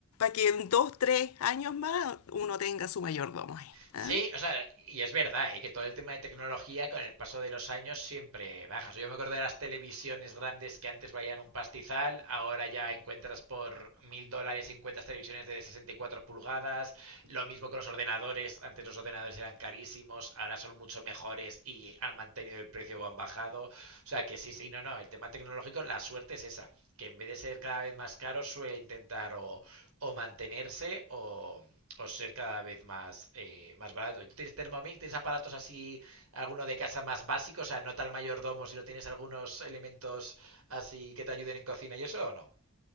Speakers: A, on the left; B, on the right.
A: que en dos, tres años más uno tenga su mayordomo ahí.
B: Sí,
A: ¿ah?
B: o sea, y es verdad, ¿eh? que todo el tema de tecnología con el paso de los años siempre baja. O sea, Yo me acuerdo de las televisiones grandes que antes valían un pastizal, ahora ya encuentras por mil dólares, encuentras televisiones de 64 pulgadas, lo mismo con los ordenadores, antes los ordenadores eran carísimos, ahora son mucho mejores y han mantenido el precio o han bajado. O sea, que sí, sí, no, no, el tema tecnológico, la suerte es esa, que en vez de ser cada vez más caro, suele intentar o o mantenerse o, o ser cada vez más, eh, más barato. ¿Tú tienes Thermomix? ¿Tienes aparatos así, alguno de casa más básicos? O sea, no tal mayordomo, si no tienes algunos elementos así que te ayuden en cocina y eso o no.